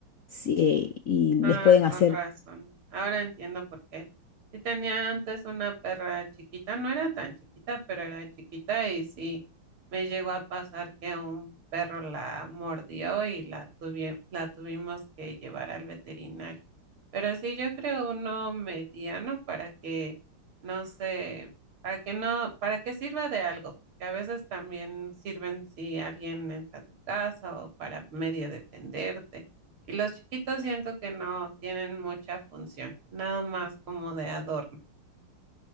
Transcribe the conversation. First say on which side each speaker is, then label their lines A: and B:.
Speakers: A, on the left (about 75°); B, on the right (about 75°).
A: sí, eh, y les
B: Ah,
A: pueden hacer
B: con razón. Ahora entiendo por qué. Sí tenía antes una perra chiquita, no era tan chiquita, pero era chiquita y sí me llegó a pasar que un perro la mordió y la tuvi- la tuvimos que llevar al veterinario. Pero sí, yo creo uno mediano para que no sé, para que no, para que sirva de algo, porque a veces también sirven si alguien entra a tu casa o para medio defenderte. Y los chiquitos siento que no tienen mucha función, nada más como de adorno.